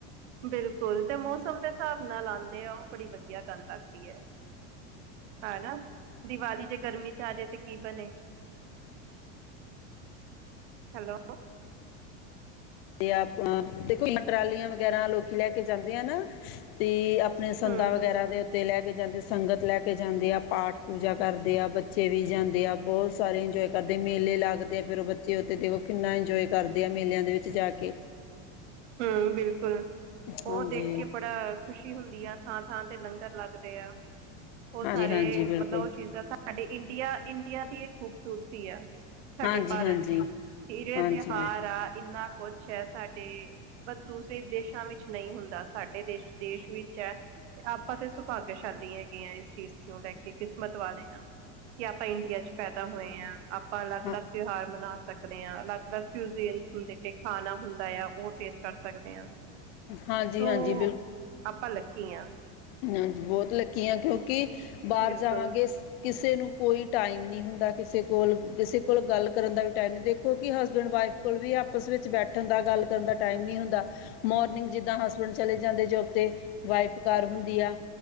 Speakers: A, on the right; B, on the left.
A: ਬਿਲਕੁਲ, ਤੇ ਮੌਸਮ ਦੇ ਸਾਬ ਨਾਲ ਆਂਦੇ ਆ, ਓ ਬੜੀ ਵਧੀਆ ਗੱਲ ਲੱਗਦੀ ਐ। ਹਨਾਂ। ਦੀਵਾਲੀ ਜੇ ਗਰਮੀ ਚ ਆਜੇ ਤੇ ਕੀ ਬਣੇ? ਹੈਲੋ
B: ਤੇ ਆਪਾਂ, ਦੇਖੋ ਟਰਾਲੀਆਂ ਵਗੈਰਾ ਲੋਕੀ ਲੈ ਕੇ ਜਾਂਦੇ ਆ ਨਾਂ ਤੇ ਆਪ ਪਣੇ ਸੰਦਾਂ
A: ਹਮ
B: ਵਗੈਰਾ ਦੇ ਤੇ ਲੈ ਕੇ ਜਾਂਦੇ ਸੰਗਤ ਲੈ ਕੇ ਜਾਂਦੇ ਆ, ਪਾਠ-ਪੂਜਾ ਕਰਦੇ ਆ ਬੱਚੇ ਵੀ ਜਾਂਦੇ ਆ, ਬੋਤ ਸਾਰੇ ਇੰਜੋਏ ਕਰਦੇ ਮੇਲੇ ਲੱਗਦੇ ਆ ਫਿਰ ਉਹ ਬੱਚੇ ਉੱਥੇ ਦੇਖੋ ਕਿੰਨਾ ਇੰਜੋਏ ਕਰਦੇ ਆ, ਮੇਲਿਆਂ ਦੇ ਵਿੱਚ ਜਾ ਕੇ।
A: ਹਂ ਬਿਲਕੁਲ,
B: ਹਾਂਜੀ
A: ਉਹ ਦੇਖ ਕੇ ਬੜਾ, ਖੁਸ਼ੀ ਹੁੰਦੀ ਆ ਥਾਂਥਾਂ ਤੇ ਲੰਗਰ ਲੱਗ <unintelligible> ਉਹ
B: ਹਾਂਜੀ
A: ਸਾਰੇ
B: ਹਾਂਜੀ ਬਿਲਕੁਲ
A: ਮਤਲਬ ਉਹ ਚੀਜ਼ਾਂ ਸਾ ਸਾਡੇ ਇੰਡੀਆ, ਇੰਡੀਆ ਦੀ ਇਹ ਖੂਬਸੂਰਤੀ ਆ। ਸਾਡੇ
B: ਹਾਂਜੀ
A: ਭਾਰਤ
B: ਹਾਂਜੀ
A: ਦੀ, ਇਰੈ
B: ਹਾਂਜੀ
A: ਤਿਉਹਾਰ
B: ਬਿਲਕੁਲ
A: ਆ ਇੰਨਾ ਕੁਛ ਐ ਸਾਡੇ ਪਰ ਦੂਸਰੇ ਦੇਸ਼ਾਂ ਵਿੱਚ ਨਈਂ ਹੁੰਦਾ, ਸਾਡੇ ਦੇਸ਼, ਦੇਸ਼ ਵਿੱਚ ਐ। ਤੇ ਆਪਾਂ ਤੇ ਸੁਭਾਗੇਸ਼ਾਲੀ ਹੈਗੇ ਆਂ ਇਸ ਚੀਜ਼ ਨੂੰ ਲੈ ਕੇ, ਕਿਸਮਤ ਵਾਲੇ ਆਂ। ਕੀ ਆਪਾਂ ਇੰਡੀਆ ਚ ਪੈਦਾ ਹੋਏ ਆਂ। ਆਪ ਆਪਾਂ ਅਲੱਗ-ਅਲੱਗ
B: ਹਾਂ
A: ਤਿਉਹਾਰ ਮਨਾਂ ਸਕਨੇ ਹਾਂ। ਅਲੱਗ-ਅਲੱਗ ਕੂਜੀ਼ਨ ਹੁੰਦੇ ਨੇਂ, ਖਾਣਾ ਹੁੰਦਾ ਆ ਓ ਟੇਸਟ ਕਰ ਸਕਦੇ ਹਾਂ।
B: ਹਾਂਜੀ
A: ਸੋ
B: ਹਾਂਜੀ
A: ਆਪਾਂ ਲੱਕੀ ਆਂ।
B: ਹਂ, ਬੋਤ ਲਕੀ ਆਂ, ਕਿਉਂਕਿ ਬਾਰ
A: ਬਿਲਕੁਲ
B: ਜਾਵਾਂਗੇ ਕਿਸੇ ਨੂੰ ਕੋਈ ਟਾਈਮ ਨੀਂ ਹੁੰਦਾ। ਕਿਸੇ ਕੋਲ ਕਿਸੇ ਕੋਲ ਗੱਲ ਕਰਨ ਦਾ ਵੀ ਟਾਈਮ ਨਈਂ ਦੇਖੋ ਕਿ ਹਸਬੈਂਡ ਵਾਈਫ ਕੋਲ ਵੀ ਆਪਸ ਵਿੱਚ ਬੈਠਣ ਦਾ ਗੱਲ ਕਰਨ ਦਾ ਟਾਈਮ ਨੀਂ ਹੁੰਦਾ। ਮੋਰਨਿੰਗ ਜਿੱਦਾਂ ਹਸਬੈਂਡ ਚਲੇ ਜਾਂਦੇ ਜੋਬ ਤੇ ਵਾਈਫ ਘਰ ਹੁੰ ਦੀ ਆ।